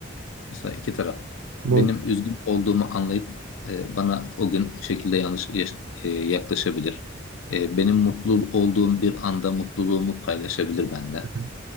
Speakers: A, on the left; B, on the right.
A: Mesela iki taraf.
B: Bu
A: Benim üzgün olduğumu anlayıp e, bana o gün o şekilde yanlış yaş- e, yaklaşabilir. E, benim mutlu olduğum bir anda mutluluğumu paylaşabilir benimle.
B: Hı hı.